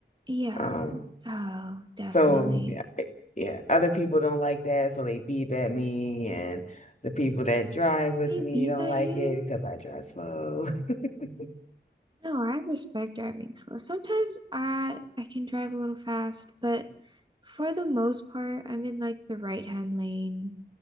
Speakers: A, on the right (about 25°); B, on the left (about 40°).
A: Yeah.
B: Um,
A: Oh, definitely.
B: so yeah, it- yeah. Other people don't like that, so they beep at me, and the people that drive with
A: They
B: me
A: beep
B: don't
A: at
B: like
A: you.
B: it because I drive slow. <laughs>
A: No, I respect driving slow. Sometimes I I can drive a little fast, but for the most part, I'm in like the right-hand lane.